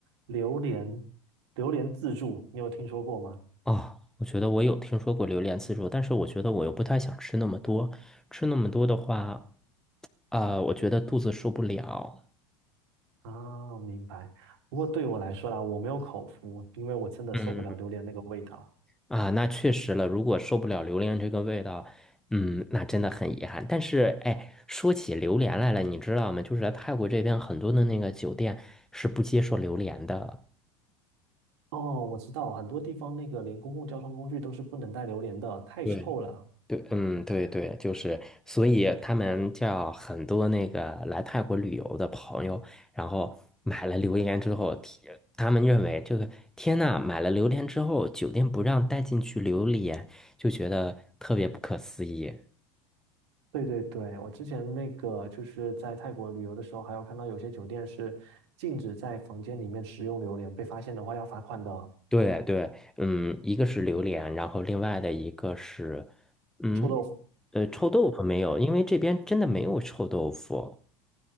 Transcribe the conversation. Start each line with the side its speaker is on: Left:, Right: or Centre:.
Right: 榴莲榴莲自助，你有听说过吗？
Centre: 哦，我觉得我有听说过榴莲自助，但是我觉得我又不太想吃那么多，吃那么多的话，啊、我觉得肚子受不了。
Right: 啊，明白。不过对我来说啦，我没有口福，因为我真的受不了榴莲那个味道。
Centre: 嗯。啊，那确实了。如果受不了榴莲这个味道，嗯，那真的很遗憾。但是，哎，说起榴莲来了，你知道吗？就是来泰国这边很多的那个酒店是不接受榴莲的。
Right: 哦，我知道，很多地方那个连公共交通工具都是不能带榴莲的，太臭了。
Centre: 对，对，嗯，对对，就是，所以他们叫很多那个来泰国旅游的朋友，然后买了榴莲之后，天他们认为这个天呐，买了榴莲之后，酒店不让带进去榴莲，就觉得特别不可思议。
Right: 对对对，我之前那个就是在泰国旅游的时候，还有看到有些酒店是禁止在房间里面食用榴莲，被发现的话要罚款的。
Centre: 对对，嗯，一个是榴莲，然后另外的一个是，嗯，
Right: 臭豆腐，
Centre: 呃，臭豆腐没有，因为这边真的没有臭豆腐。